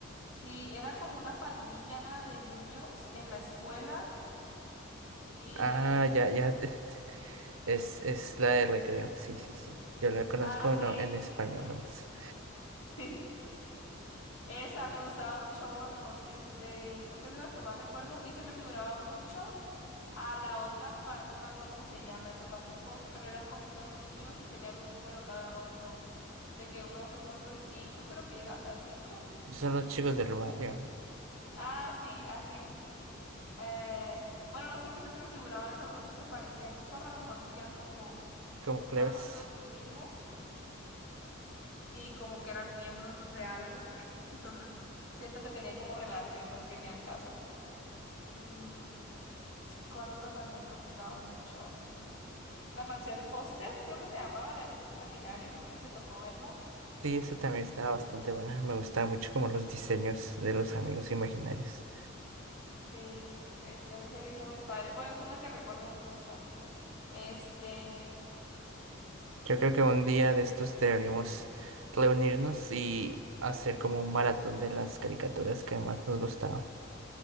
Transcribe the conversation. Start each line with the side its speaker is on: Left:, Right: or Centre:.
Left: Sí, era como una pandilla de niños en la escuela y...
Right: Ah, ya, ya. <laughs> te- te- Es, es la de Recreo. Sí, sí, sí. Yo la conozco,
Left: Ah,
Right: no,
Left: sí,
Right: en español
Left: <laughs>
Right: nomás.
Left: sí. Esa me gustaba un chorro. Este, creo que es de las que más recuerdo y se me figuraba mucho a la otra, pa- no me acuerdo cómo se llama esa tampoco, pero eran como unos niños y tenían un número cada uno. De que uno, dos, tres, cuatro y cinco, creo que llegaba hasta el cinco.
Right: Son los chicos del barrio, ¿no?
Left: Ah, sí, así. Eh, bueno, no sé por qué se me figuraban esas dos que se parecían un chorro, a lo mejor porque eran como
Right: Como plebes.
Left: más o menos los mismos y como que eran miembros de algo. <laughs> Entonces, siento que tenían como relación, aunque ni al caso. Mm, ¿cuál otra también me gustaba mucho? Mm, la mansión Foster, creo que se llamaba, de Amigos Imaginarios, no sé si te tocó verla.
Right: Sí, eso también estaba bastante buena. Me gustaba mucho como los diseños de los amigos imaginarios.
Left: Sí, este, a mí se me hizo bien padre. Bueno, es una que recuerdo mucho. Este.
Right: Yo creo que un día de estos deberíamos reunirnos y hacer como un maratón de las caricaturas que más nos gustaban.